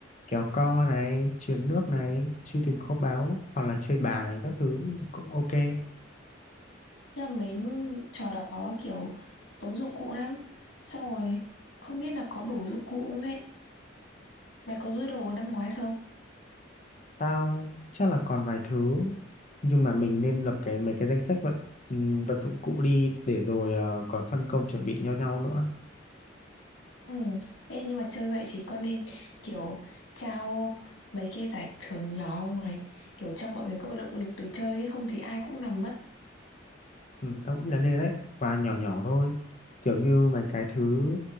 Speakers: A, on the left; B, on the left.
A: kéo co này, truyền nước này, truy tìm kho báu hoặc là chơi bài các thứ cũng ok.
B: Nhưng mà mấy trò đó kiểu tốn dụng cụ lắm. Xong rồi không biết là có đủ dụng cụ không ấy. Mày có dư đồ năm ngoái không?
A: Tao chắc là còn vài thứ nhưng mà mình nên lập cái mấy cái danh sách vật ừm, vật dụng cụ đi để rồi ờ, còn phân công chuẩn bị cho nhau nữa.
B: Ừ. Ê nhưng mà chơi vậy thì con nên kiểu trao mấy cái giải thưởng nhỏ không này. Kiểu cho mọi người có động lực để chơi ấy. Không thì ai cũng nằm mất.
A: Ừ, tao nghĩ là nên đấy và nhỏ nhỏ thôi kiểu như mấy cái thứ